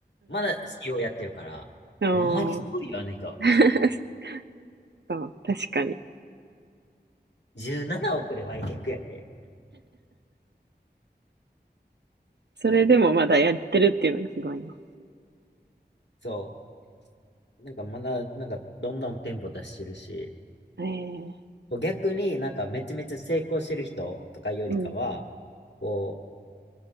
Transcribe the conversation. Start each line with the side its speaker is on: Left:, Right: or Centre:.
Left: まだ c e やってるから、
Right: うん。
Left: ほんまにすごいよ、
Right: ああ
Left: あの人。
Right: <laughs> そう、確かに。
Left: 17億で売却やで。
Right: それでもまだやってるっていうのがすごいな。
Left: そう。なんかまだ、なんかどんどん店舗出してるし、
Right: ええ
Left: 逆になんかめちゃめちゃ成功してる人とかよりかは、
Right: うん。
Left: こう、